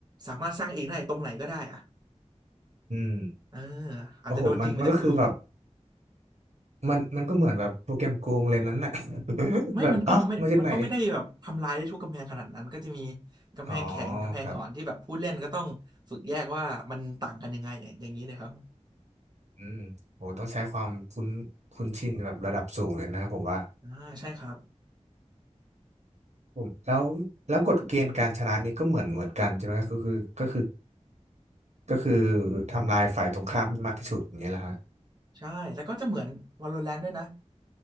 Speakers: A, on the right; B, on the right.
A: สามารถสร้างเองได้ตรงไหนก็ได้อะ
B: อืม
A: เอออาจจะโดนยิงมาจากรู
B: โอ้โหมันมันก็คือแบบมันมันก็เหมือนแบบโปรแกรมโกงเลยนั้นน่ะ <laughs>
A: ไม่มันก็ไม่มันก็ไม่ได้แบบทำลายได้ทุกกำแพงขนาดนั้นก็จะมี
B: แบบ อ้าวมาจากไหน
A: กำแพงแข็งกำแพงอ่อนที่แบบผู้เล่นก็ต้องฝึกแยกว่ามันต่างกันยังไงเนี่ยอย่างนี้นะครับ
B: อ๋อครับอืมโหต้องใช้ความคุ้นคุ้นชินแบบระดับสูงเลยนะผมว่า
A: อ่าใช่ครับ
B: ผมแล้วแล้วกฎเกณฑ์การชนะนี่ก็เหมือนเหมือนกันใช่ไหมก็คือก็คือก็คือทำลายฝ่ายตรงข้ามให้มากที่สุดอย่างเงี้ยแหละฮะ
A: ใช่แล้วก็จะเหมือน Valorant ด้วยนะ